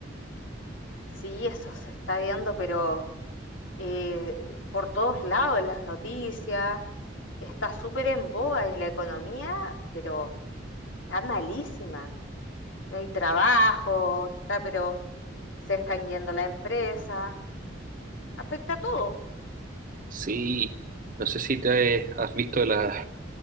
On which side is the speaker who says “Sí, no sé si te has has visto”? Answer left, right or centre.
Right